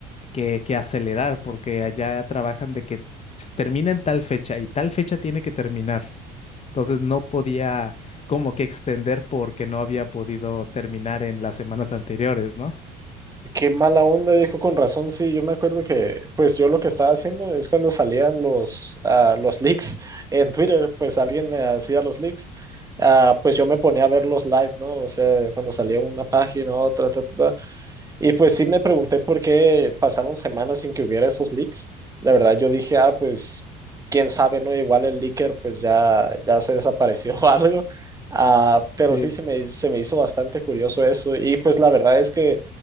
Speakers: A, on the left; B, on the right.
A: que, que acelerar porque allá trabajan de que termina en tal fecha y tal fecha tiene que terminar. Entonces no podía como que extender porque no había podido terminar en las semanas anteriores, ¿no?
B: Qué mala onda, dijo con razón, sí, yo me acuerdo que, pues yo lo que estaba haciendo es cuando salían los, ah, los leaks <laughs> en Twitter, pues alguien eh, hacía los leaks, ah, pues yo me ponía a ver los live, ¿no? O sea, cuando salía una página, otra, ta, ta, ta. Y pues sí me pregunté por qué pasaron semanas sin que hubiera esos leaks. La verdad yo dije, ah, pues quién sabe, ¿no? Igual el leaker pues ya, ya se desapareció <laughs> o algo. Ah, pero
A: Sí.
B: sí se me, se me hizo bastante curioso eso. Y pues la verdad es que